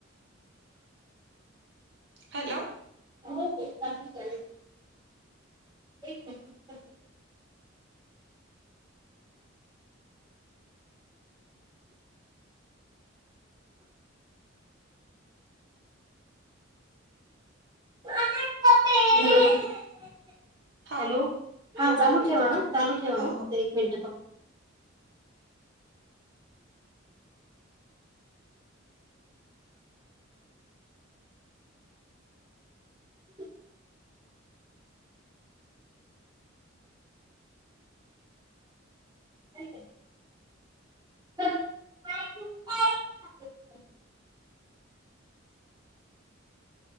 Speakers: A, on the right (about 65°); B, on the right (about 20°).
A: हॅलो
B: हो हो चाले एक <unintelligible> <inaudible>
A: हा
B: हॅलो हा
A: बोला
B: चालू
A: की
B: ठेवा चालू ठेवा
A: हो हो
B: एक मिनिट फक्त. <inaudible> नाही बाई. <unintelligible>